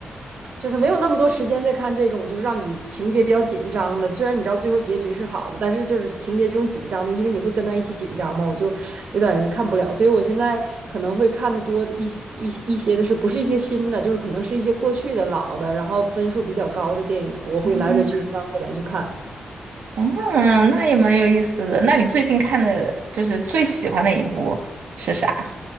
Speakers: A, on the right (about 55°); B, on the right (about 85°).
A: 就是没有那么多时间再看这种，就是让你情节比较紧张的。虽然你知道最后结局是好的，但是就是情节这种紧张的，因为你会跟他一起紧张嘛，我就有点看不了。所以我现在可能会看的多一些一些一些的是不是一些新的，就是可能是一些过去的老的，然后分数比较高的电影，我会来来去翻回来去看。
B: 嗯嗯嗯，那也蛮有意思的。那你最近看的就是最喜欢的一部是啥？